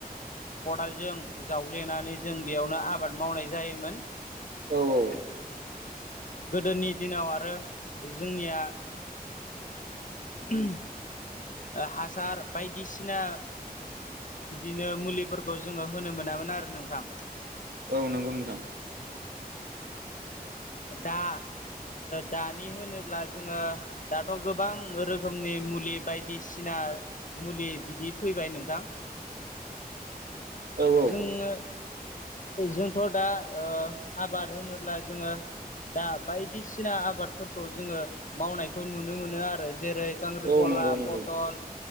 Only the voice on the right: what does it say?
औ-औ
औ नंगौ नोंथां
औ
औ नंगौ नंगौ